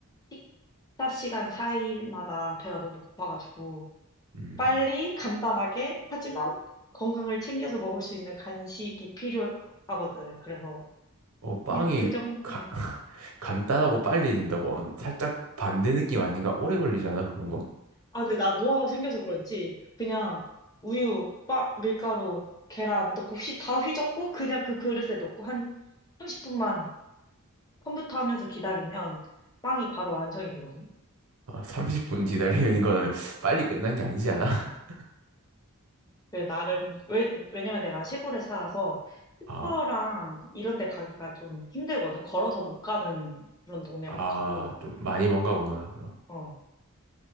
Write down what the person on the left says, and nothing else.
식사 시간 사이마다 배가 너무 고파가지고
빨리 간단하게 하지만 건강을 챙겨서 먹을 수 있는 간식이 필요하거든. 그래서
그냥 그 정도,
아, 근데 나 노화가 생겨서 그런지 그냥 우유, 빠, 밀가루, 계란 넣고 휘, 다 휘젓고 그냥 그 그릇에 넣고 한 30분만 컴퓨터 하면서 기다리면 빵이 바로 완성이 되거든.
그래, 나름, 왜, 왜냐면 내가 시골에 살아서 슈퍼랑
이런 데 가기가 좀 힘들거든. 걸어서 못 가는 그런 동네여가지고.
어.